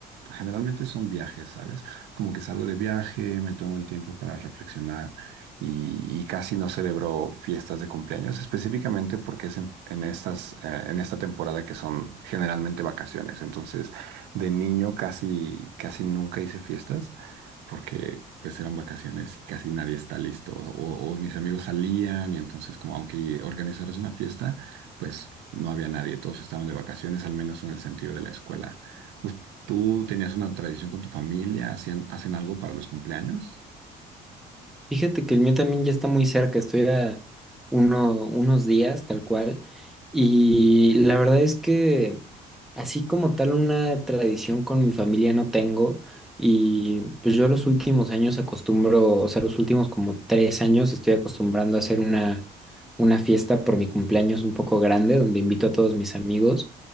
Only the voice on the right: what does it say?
Generalmente son viajes, ¿sabes? Como que salgo de viaje, me tomo el tiempo para reflexionar y, y casi no celebró fiestas de cumpleaños, específicamente porque es en, en estas, eh, en esta temporada que son generalmente vacaciones. Entonces, de niño casi, casi nunca hice fiestas porque pues eran vacaciones y casi nadie está listo. O, o mis amigos salían y entonces como aunque organizaras una fiesta, pues no había nadie, todos estaban de vacaciones, al menos en el sentido de la escuela. ¿Us- ¿Tú tenías una tradición con tu familia? ¿Hacían, hacen algo para los cumpleaños?